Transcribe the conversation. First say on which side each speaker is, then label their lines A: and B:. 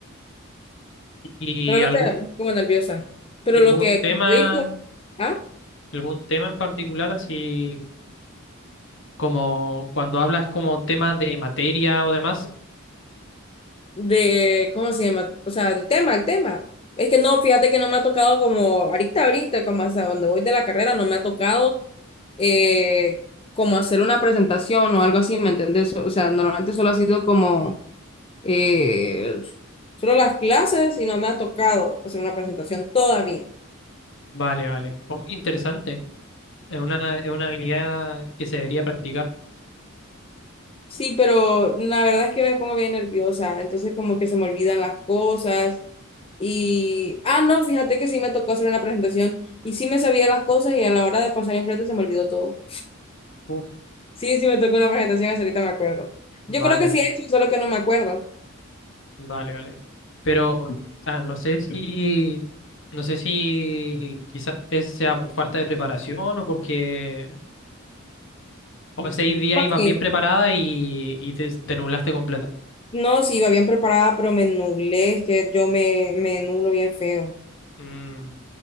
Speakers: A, on the left; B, on the left.
A: Y
B: Normalmente
A: algún,
B: me pongo nerviosa. Pero
A: y
B: lo
A: algún
B: que,
A: tema,
B: como te dije, ¿ah?
A: algún tema en particular, así como cuando hablas como temas de materia o demás.
B: De, ¿cómo se llama? O sea, el tema, el tema. Es que no, fíjate que no me ha tocado como ahorita, ahorita, como hasta donde voy de la carrera, no me ha tocado eh, como hacer una presentación o algo así, ¿me entendés? O sea, normalmente solo ha sido como eh, solo las clases y no me ha tocado hacer una presentación todavía.
A: Vale, vale. Oh, interesante. Es una, es una habilidad que se debería practicar.
B: Sí, pero la verdad es que me pongo bien nerviosa, entonces como que se me olvidan las cosas y, ah, no, fíjate que sí me tocó hacer una presentación y sí me sabía las cosas y a la hora de pasar enfrente se me olvidó todo.
A: Uf,
B: Sí, sí me tocó una presentación, hasta ahorita me acuerdo.
A: vale,
B: Yo creo que sí he hecho, solo que no me acuerdo.
A: vale, vale. Pero, o sea, no sé si, no sé si quizás es- sea por falta de preparación o porque o ese día
B: ¿Cómo
A: ibas
B: así?
A: bien preparada y, y te, te nublaste completa.
B: No, sí, iba bien preparada, pero me nublé, es que yo me, me nublo bien feo.
A: Mm,